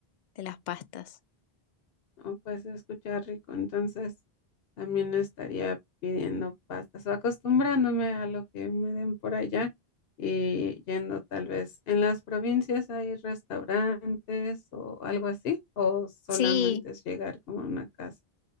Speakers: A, on the left (about 55°); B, on the left (about 70°).
A: de las pastas.
B: O pues escuchar rico, entonces también estaría pidiendo pastas o acostumbrándome a lo que me den por allá y yendo tal vez. ¿En las provincias hay restaurantes o algo así? ¿O solamente
A: Sí,
B: es llegar como a una casa?